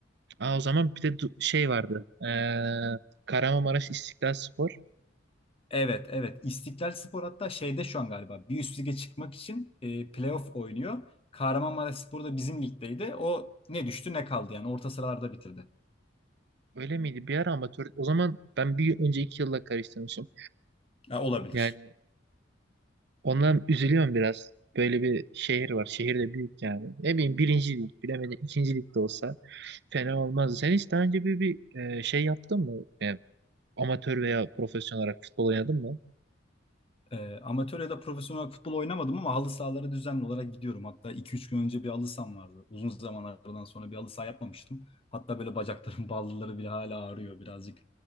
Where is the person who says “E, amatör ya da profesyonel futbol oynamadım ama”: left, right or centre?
Left